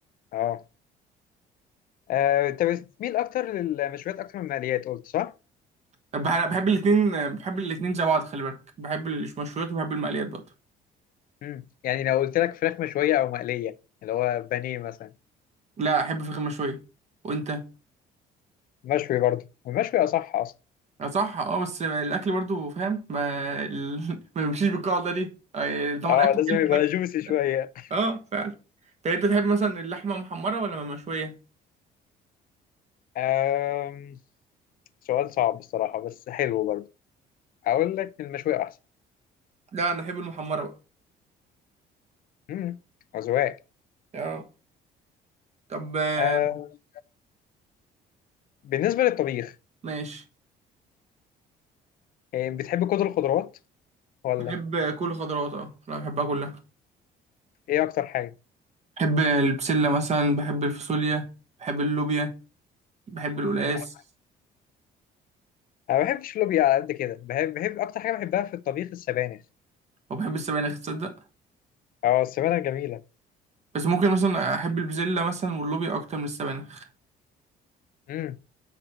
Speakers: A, on the left; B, on the right.
A: اه آه، انت بتميل اكتر للمشويات اكتر من المقليات قلت صح
B: بح- بحب الاتنين بحب الاتنين زي بعض خلي بالك بحب المشويات وبحب المقليات برضه
A: امم يعني لو قلت لك فراخ مشويه او مقليه اللي هو بانيه مثلا
B: لا أحب فراخ مشوية وأنت؟
A: مشوي برضه المشوي اصح اصلا
B: اه صح اه بس الأكل برضه فاهم ما ال... <laughs> ما بيمشيش بالقاعدة دي آه، طبعا
A: اه
B: أكل
A: لازم
B: حلو
A: يبقى
B: ده
A: جوسي شويه
B: اه فعلا طب أنت تحب مثلا اللحمة محمرة ولا مشوية؟
A: آم، سؤال صعب الصراحه بس حلو برضه اقول لك المشوي احسن
B: لا أنا أحب المحمرة بقى
A: امم أذواق
B: اه طب آه،
A: آه بالنسبة للطبيخ
B: ماشي
A: آه، بتحب كل الخضروات ولا
B: بحب كل خضروات اه لا بحبها كلها
A: ايه اكتر حاجة؟
B: بحب البسلة مثلا بحب الفاصوليا بحب اللوبيا بحب القلقاس
A: مم. انا ما بحبش اللوبيا على قد كده بحب بحب اكتر حاجة بحبها في الطبيخ السبانخ
B: وبحب السبانخ تصدق
A: اه السبانخ جميلة
B: بس ممكن مثلا أحب البسلة مثلا واللوبيا أكتر من السبانخ
A: امم